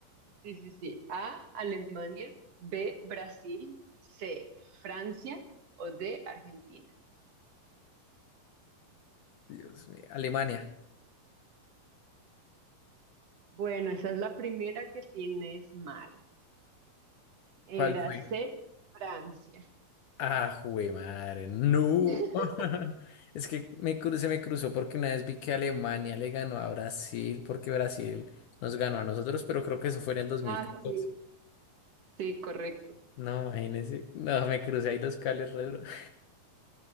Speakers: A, on the right; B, on the left.
A: Sí, sí, sí. A, Alemania, B, Brasil, C, Francia o D, Argentina.
B: <laughs> Dios mío, Alemania.
A: Bueno, esa es la primera que tienes mal. Era
B: ¿Cuál fue?
A: C, Francia.
B: Ah, jue madre, no.
A: <laughs>
B: <laughs> Es que me cru- se me cruzó porque una vez vi que Alemania le ganó a Brasil, porque Brasil nos ganó a nosotros, pero creo que eso fue en el dos mil
A: Ah,
B: catorce.
A: sí, sí, correcto.
B: No, imagínese. No, me crucé ahí los cables re duro. <laughs>